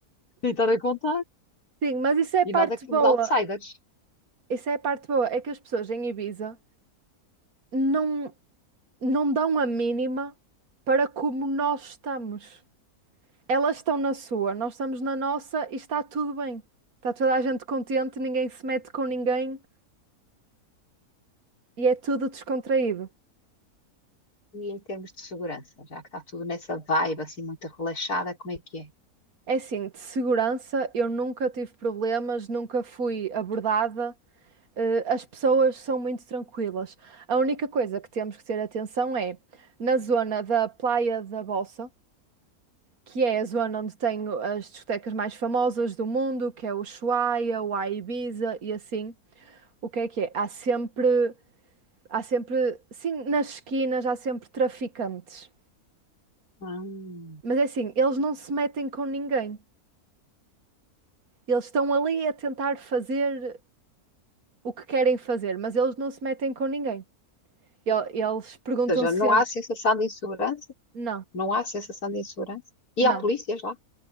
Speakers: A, on the left; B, on the right.
A: tentar a contar.
B: Sim, mas isso é a
A: E
B: parte
A: nós é que somos
B: boa.
A: outsiders.
B: Isso é a parte boa, é que as pessoas em Ibiza não não dão a mínima para como nós estamos. Elas estão na sua, nós estamos na nossa e está tudo bem. Está toda a gente contente, ninguém se mete com ninguém e é tudo descontraído.
A: E em termos de segurança, já que está tudo nessa vibe assim muito relaxada, como é que é?
B: É assim, de segurança eu nunca tive problemas, nunca fui abordada. eh, as pessoas são muito tranquilas. A única coisa que temos que ter atenção é na zona da Praia da Bolsa, que é a zona onde tenho as discotecas mais famosas do mundo, que é o Ushuaia, o A Ibiza e assim. O que é que é? Há sempre, há sempre, sim, nas esquinas há sempre traficantes.
A: Hum.
B: Mas é assim, eles não se metem com ninguém. Eles estão ali a tentar fazer. o que querem fazer, mas eles não se metem com ninguém. El- Eles perguntam
A: Ou seja,
B: sempre,
A: não há sensação de insegurança?
B: não,
A: Não há sensação de insegurança? E
B: não.
A: há polícias lá?